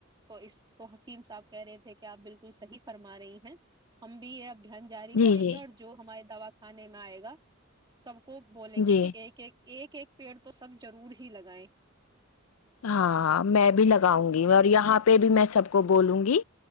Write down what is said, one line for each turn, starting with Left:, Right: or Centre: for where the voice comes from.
Right: تو اس کو حکیم صاحب کہہ رہے تھے کہ آپ بالکل صحیح فرما رہی ہیں ہم بھی یہ اب اھیان جاری
Left: جی
Right: کریں
Left: جی
Right: گے اور جو ہمارے دا کھانے میں آئے گا سب <unintelligible> کو بولیں
Left: جی
Right: گے کہ ایک ایک <unintelligible> ایک ایک پیڑ تو سب ضرور ج لگائیں
Left: ہاں میں بھی لگاؤں گی اور یہاں پہ بھی میں سب کو بولوں گی